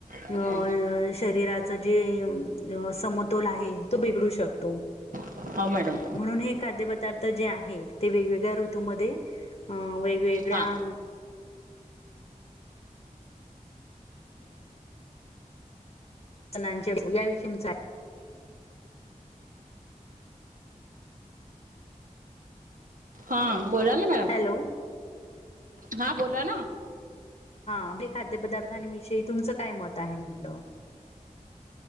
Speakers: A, on the right; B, on the left.
A: हा
B: अ
A: हम्म
B: शरीराच जे समतोल आहे, तो बिघडू शकतो. <inaudible>
A: हो, मॅडम.
B: म्हणून हे खाद्यपदार्थ जे आहे, ते वेगवेगळ्या ऋतूमध्ये अ वे वेगळ्या
A: हा
B: नां याषयी <unintelligible>
A: हां, बोला ना मॅडम?
B: हॅलो?
A: हा, बोला ना.
B: हा, हे खाद्यपदार्थांविषयी तुमचं काय मत आहे म्हटलं?